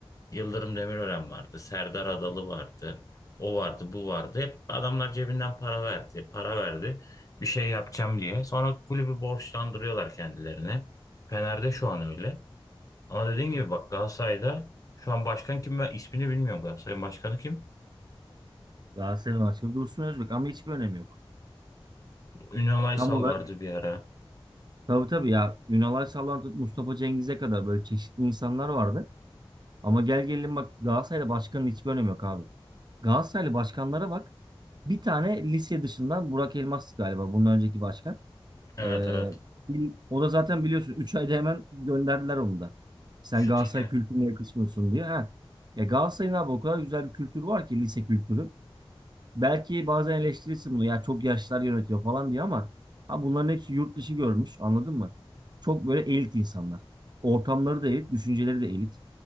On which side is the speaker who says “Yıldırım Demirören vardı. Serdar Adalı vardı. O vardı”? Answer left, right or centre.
Left